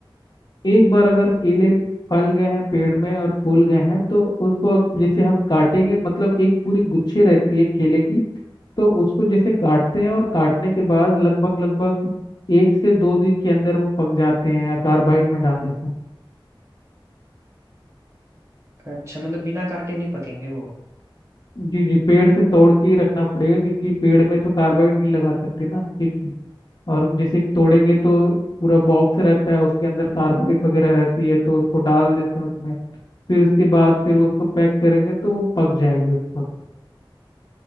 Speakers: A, on the left; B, on the right.
A: एक बार अगर केले फल गए हैं पेड़ में और फूल गए हैं तो उसको अग- जैसे हम काटेंगे मतलब एक पूरी गुच्छे रहती है केले की तो उसको जैसे काटते हैं और काटने के बाद लगभग लगभग एक से दो दिन के अंदर वो पक जाते हैं कार्बाइड में डालने से
B: अच्छा मतलब बिना काटे नहीं पकेंगे वो
A: जी जी पेड़ से तोड़ के ही रखना पड़ेगा क्योंकि पेड़ में तो कार्बाइड नहीं लगा सकते ना ठीक है और जैसे तोड़ेंगे तो पूरा बॉक्स रहता है उसके अंदर कार्बाइड वगैरह रहती है तो उसको डाल देते हैं उसमें फिर उसके बाद फिर उसको पैक करेंगे तो वो पक जाएगी उस वक्त